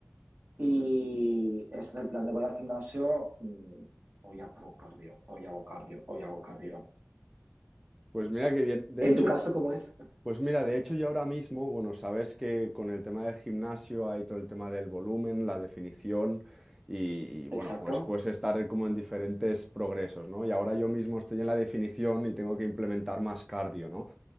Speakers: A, on the right; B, in the centre.
A: y es del plan de voy al gimnasio. mm, Hoy hago cardio, hoy hago cardio, hoy hago cardio.
B: Pues mira qué bien. De
A: En
B: hecho,
A: tu caso, ¿cómo es?
B: pues mira, de hecho yo ahora mismo, bueno, sabes que con el tema del gimnasio hay todo el tema del volumen, la definición y, y, bueno,
A: Exacto,
B: pues puedes estar como en diferentes progresos, ¿no? Y ahora yo mismo estoy en la definición y tengo que implementar más cardio, ¿no?